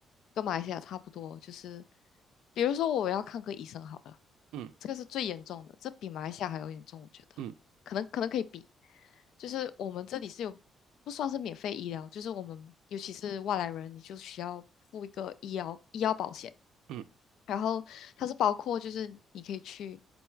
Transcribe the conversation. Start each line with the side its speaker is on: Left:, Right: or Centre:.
Left: 跟马来西亚差不多，就是比如说我要看个医生好了。
Right: 嗯
Left: 这个是最严重的，这比马来西亚还要严重，我觉得，
Right: 嗯
Left: 可能可能可以比，就是我们这里是有不算是免费医疗，就是我们尤其是外来人，你就需要付一个医疗医疗保险，
Right: 嗯
Left: 然后它是包括就是你可以去